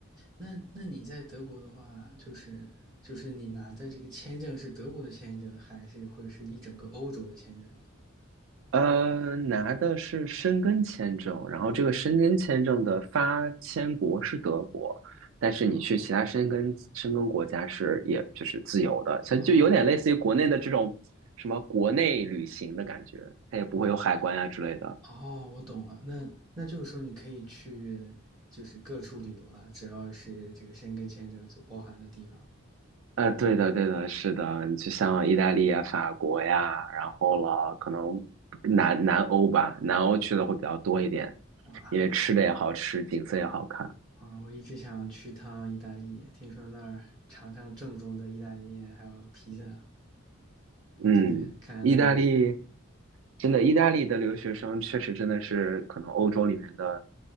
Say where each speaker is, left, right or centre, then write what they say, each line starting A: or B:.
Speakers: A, on the right; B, on the right.
A: 那那你在德国的话，就是就是你拿的这个签证是德国的签证，还是会是一整个欧洲的签证？
B: 呃，拿的是申根签证，然后这个申根签证的发签国是德国，但是你去其他申根申根国家是也就是自由的，
A: 哦
B: 像就有点类似于国内的这种什么国内旅行的感觉，
A: 哦，
B: 它也不会有海关呀之类的。
A: 我哦，我懂了，那那就是说你可以去就是各处旅游了，只要是这个申根签证所包含的地方。
B: 呃，对的，对的，是的，就像意大利呀、法国呀，然后了，可能南南欧吧，南欧去的会比较多一点，
A: 哇
B: 因为吃的也好吃，景色也好看。
A: 啊，我一直想去趟意大利，听说那儿尝尝正宗的意大利面，还有披萨，
B: 嗯，
A: 看看看那里，
B: 意大利真的，意大利的留学生确实真的是可能欧洲里面的